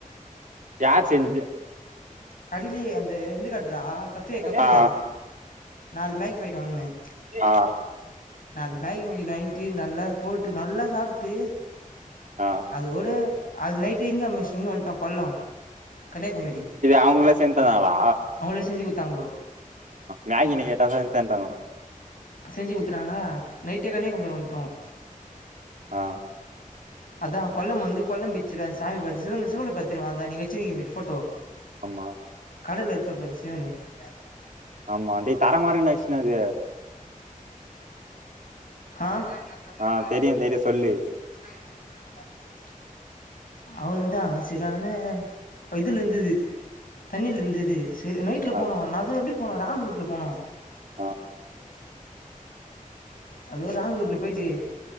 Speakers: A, on the right (about 65°); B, on the left (about 75°).
A: யார் செஞ்சது
B: கடயிலயே அந்த இந்தகட்றா கஃபே கஃபேல
A: ஆ
B: நாலு மேகி போயிட்டு வாங்கினேன்
A: ஆ
B: நாலு மேகி வாங்கிட்டு நல்லா போட்டு நல்லா சாப்பிட்டு
A: ஆ
B: அது கூட அது நைட்டு் எங்க சிங்கம் வந்துட்டோம் கொல்லம் கன்னியாகுமாரி
A: அவங்கள சேந்தவங்களா
B: அவளே செஞ்சி கொடுத்து தாகு
A: மேகினி கேட்டா தா இந்தாண்டாங்கோ
B: செஞ்சு குடுத்துறாங்களா நைட்டே கண்ணியாகுமரி வந்து ட்டோம் <inaudible>
A: ஆஹ்
B: அதான் கொல்லம் வந்து கொல்லம் பீச்ச சாமி பாத்தூட்டு சிவன் நீங்க வச்சிருக்க போட்டோ
A: ஆமா
B: கடல இருக்க சிவனா நி இல்ல
A: ஆமா டே தர மாதிரி விஷயம் இது
B: ஆஹ் த்த மன
A: ஆ
B: மன
A: தெரியு தெரியு சொல்லு
B: <unintelligible> அவ்ளதான் சரியான இதுல இருந்தது தண்ணில இருந்தது சரி நைட்ல
A: ஆ
B: போனோம் நான் அது இப்ப ராங்ரூட்ல போனா சரி
A: ஆ
B: அது ராங்க் ரூட்ல போயிட்டு